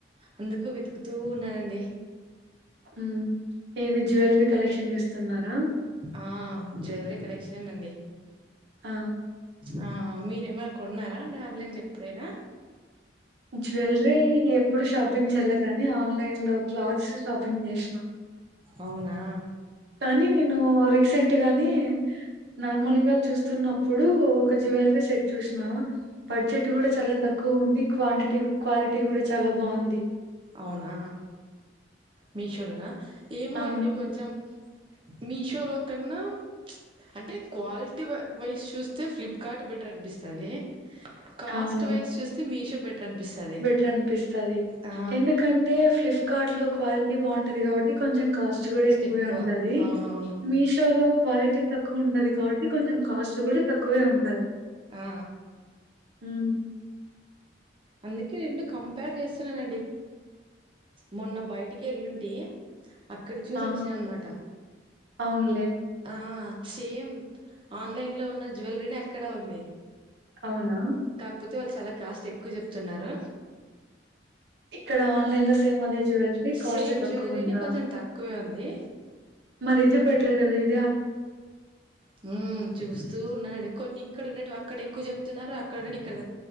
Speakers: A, on the right (about 30°); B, on the right (about 65°).
A: అందుకు వెతుకుతూ ఉన్నానండి
B: హ్మ్ ఏది జ్యూయలరీ కలెక్షన్ చూస్తున్నారా
A: ఆ జ్యూయలరీ కలెక్షనేనండి
B: ఆ!
A: ఆ మీరేమైనా కొన్నారా అండి ఆన్లైన్లో ఎప్పుడైనా
B: జ్యువెలరీ ఎప్పుడు షాపింగ్ చేయలే గానీ, ఆన్‌లైన్‌లో క్లాత్స్ షాపింగ్ చేసినా
A: అవునా
B: కానీ నేను రీసెంట్ గానే నార్మల్ గా చూస్తున్నప్పుడు ఒక జ్యువెలరీ సెట్ చూసినా బడ్జెట్ కూడా చాలా తక్కువ ఉంది క్వాంటిటీ క్వాలిటీ కూడా చాలా బాగుంది
A: అవునా మీషోలోనా ఏమో
B: అవును.
A: అండి కొంచెం మీషో లో కన్నా అంటే క్వాలిటీ వైస్ చూస్తే ఫ్లిప్కార్డ్ బెటర్ అనిపిస్తాది కాస్ట్
B: అవును.
A: వైస్ చూస్తే మీషో బెటర్ అనిపిస్తది
B: బెటర్ అనిపిస్తది
A: ఆ
B: ఎందుకంటే ఫ్లిప్కార్ట్ లో క్వాలిటీ బాగుంటది కాబట్టి కొంచెం కాస్ట్ కూడా ఎక్కువే
A: ఎక్కువ
B: ఉంటది
A: అవునవును
B: మీషో లో క్వాలిటీ తక్కువ ఉంటది కాబట్టి కొంచెం కాస్ట్ కూడా తక్కువే ఉంటది
A: ఆ
B: హ్మ్
A: అందుకే రెండూ కంపేర్ చేస్తున్నానండి మొన్న బయటికి వెళ్ల్లుంటి అక్కడ చూసి
B: ఆ!
A: వచ్చా అన్నమాట
B: అవునులే.
A: ఆ సేమ్ ఆన్లైన్ లో ఉన్న జ్యువెలరీని అక్కడా ఉంది
B: అవునా
A: కాకపోతే వాళ్ళు చాలా కాస్ట్ ఎక్కువ చెప్తున్నారు
B: ఇక్కడ ఆన్లైన్ లో సేమ్ అదే జ్యువెలరీ కాస్ట్
A: సేమ్
B: తక్కువ
A: జ్యువెలరీనే
B: ఉందా
A: కొంచెం తక్కువే ఉంది
B: మరి ఇదే బెటర్ కదా ఇ
A: హ్మ్ చూస్తూఉన్నానండి కొన్ని ఇక్కడ ఉండేటివి అక్కడ ఎక్కువ చెప్తున్నారు అక్కడ ఉండేటివి ఇక్కడ